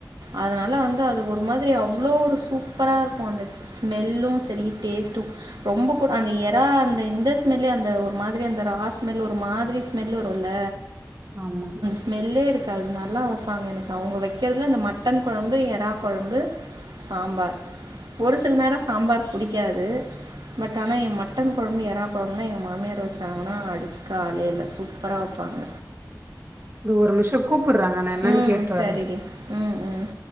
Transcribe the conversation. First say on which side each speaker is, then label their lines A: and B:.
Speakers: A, on the right; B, on the right.
A: அதனால வந்து அது ஒரு மாதிரி அவ்ளோ ஒரு சூப்பராக இருக்கு அந்த ஸ்மெல்லு சரி டேஸ்ட்டும் ரொம்ப கூட அந்த எரா அந்த இந்த ஸ்மெல்லே அந்த ஒரு மாதிரி அந்த ரா ஸ்மெல் ஒரு மாதிரி மெல்லுருல்ல
B: ஆமா
A: ஸ்மெல்லே இருக்காது நல்லா வப்பாங்க எனக்கு அவங்க வக்கிறதுல இந்த மட்டன் கொழம்பு எரா கொழம்பு சாம்பார் ஒரு சில நேரோ சாம்பார் பிடிக்காது பட் ஆனா ஏ மட்டன் கொழம்பு எரா கொழம்புனா எங்க மாமியார் வச்சாங்கனா அடிச்சுக்க ஆளே இல்ல சூப்பரா வப்பாங்க
B: இது ஒரு நிமிஷம் கூப்புறாங்க நா என்னன்னு
A: ம்
B: கேட்டு
A: சரிடி
B: வரே
A: ம் ம்